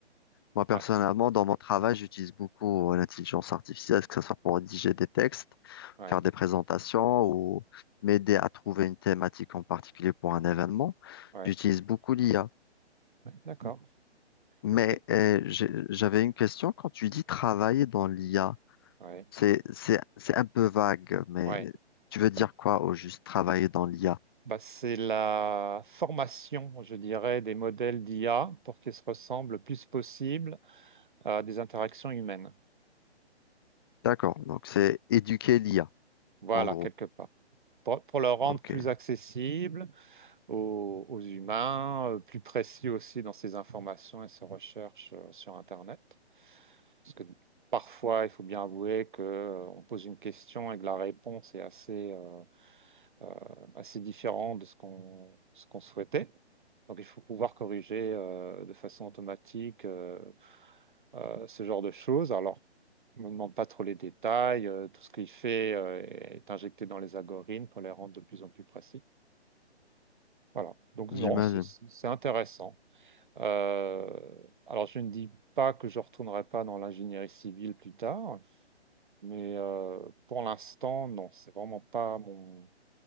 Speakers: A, on the left; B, on the right.
A: Moi, personnellement,
B: Ouais,
A: dans mon travail, j'utilise beaucoup euh, l'intelligence artificielle, que ce soit pour rédiger des textes,
B: ouais.
A: faire des présentations ou m'aider à trouver une thématique en particulier pour un événement.
B: Ouais,
A: J'utilise beaucoup l'IA.
B: ouais, d'accord.
A: Mais
B: Mais ce que...
A: euh, j'ai- j'avais une question. Quand tu dis travailler dans l'IA,
B: Ouais,
A: c'est, c'est, c'est un peu vague, mais
B: ouais.
A: tu veux dire
B: Ouais.
A: quoi au juste travailler dans l'IA?
B: Bah, c'est la formation, je dirais, des modèles d'IA pour qu'ils se ressemblent le plus possible à des interactions humaines.
A: D'accord. Donc, c'est éduquer l'IA,
B: Voilà,
A: en gros.
B: quelque part. Pour, pour le rendre
A: OK.
B: plus accessible aux, aux humains, euh, plus précis aussi dans ses informations et ses recherches euh, sur Internet. Parce que parfois, il faut bien avouer que, euh, on pose une question et que la réponse est assez, euh, euh, assez différente de ce qu'on ce qu'on souhaitait. Donc, il faut pouvoir corriger euh, de façon automatique euh, euh, ce genre de choses. Alors, on ne demande pas trop les détails. euh, tout ce qu'il fait euh, est injecté dans les algorithmes pour les rendre de plus en plus précis. Voilà. Donc,
A: J'imagine.
B: non, c'est c'est intéressant. Euh, alors, je ne dis pas que je ne retournerai pas dans l'ingénierie civile plus tard, mais euh, pour l'instant, non, c'est vraiment pas mon,